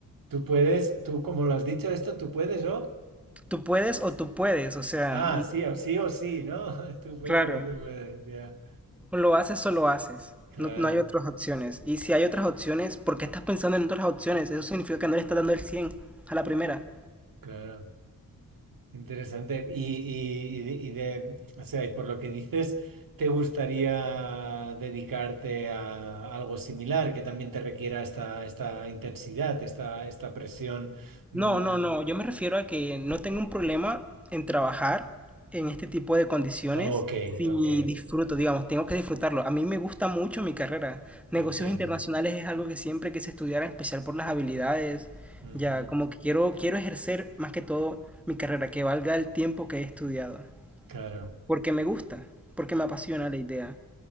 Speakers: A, on the right (about 70°); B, in the centre.
A: Tú puedes, tú como lo has dicho esto, tú puedes, ¿o?
B: Tú puedes o tú puedes. O sea,
A: Ah, sí, o sí, o sí, ¿no? <laughs> Tú puedes
B: claro.
A: o tú puedes, ya.
B: O lo haces o lo haces.
A: Claro,
B: No, no hay otras opciones. Y si hay otras opciones, ¿por qué estás pensando en otras opciones? Eso significa que no le estás dando el 100 a la primera.
A: claro. Interesante. Y, y- y de, y de- o sea, y por lo que dices, ¿te gustaría dedicarte a algo similar que también te requiera esta, esta intensidad, esta, esta presión? Mm,
B: No, no, no. Yo me refiero a que no tengo un problema en trabajar en este tipo de condiciones
A: ok,
B: si
A: ok,
B: disfruto, digamos, tengo que disfrutarlo. A mí me gusta mucho mi carrera. Negocios
A: entiendo.
B: internacionales es algo que siempre quise estudiar, en especial por las habilidades.
A: Ujú,
B: Ya, como que quiero, quiero ejercer más que todo mi carrera, que valga el tiempo que he estudiado.
A: claro.
B: Porque me gusta, porque me apasiona la idea.